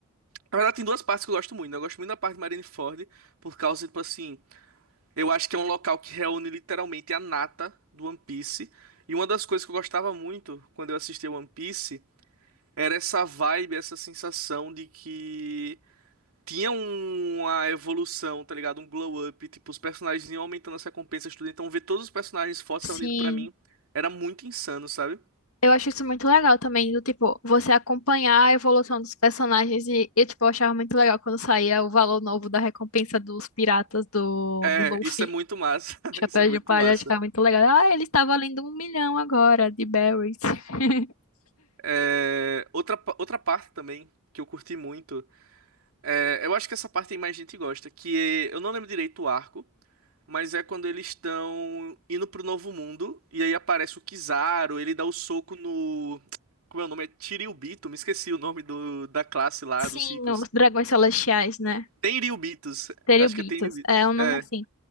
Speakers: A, on the right; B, on the left.
A: Na verdade, tem duas partes que eu gosto muito. né? Eu gosto muito da parte de Marineford, por causa, tipo assim. Eu acho que é um local que reúne literalmente a nata do One Piece. E uma das coisas que eu gostava muito quando eu assistia One Piece era essa vibe, essa sensação de que tinha um- uma evolução, tá ligado? Um glow up, tipo, os personagens iam aumentando as recompensas, tudo. Então ver todos os personagens fortes
B: Sim.
A: reunidos pra mim era muito insano, sabe?
B: Eu acho isso muito legal também, do tipo, você acompanhar a evolução dos personagens e, e, tipo, eu achava muito legal quando saía o valor novo da recompensa dos piratas do,
A: É,
B: do Dolphin.
A: isso é muito massa. <laughs>
B: Chapéu
A: Isso é muito
B: de palha,
A: massa.
B: eu achava muito legal. Ah, ele está valendo um milhão agora de berries. <laughs>
A: É, outra, pa- outra parte também que eu curti muito. É, eu acho que essa parte aí mais gente gosta, que é- eu não lembro direito o arco, Mas é quando eles estão indo pro Novo Mundo, e aí aparece o Kizaru, ele dá o soco no. Como é o nome? É Tiriubito, me esqueci o nome do, da classe lá,
B: Sim,
A: dos ricos.
B: os dragões celestiais, né?
A: Tenryubitos,
B: Teribitos.
A: acho que é Tenryubitos.
B: É um nome
A: É,
B: assim.